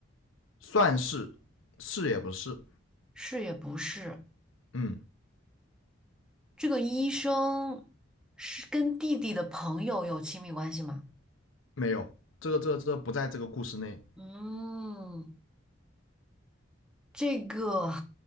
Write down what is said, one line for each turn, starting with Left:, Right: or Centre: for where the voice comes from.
Left: 算是是也不是，
Centre: 是也不是。
Left: 嗯，
Centre: 这个医生是跟弟弟的朋友有亲密关系吗？
Left: 没有，这个这个这个不在这个故事内，
Centre: 嗯，这个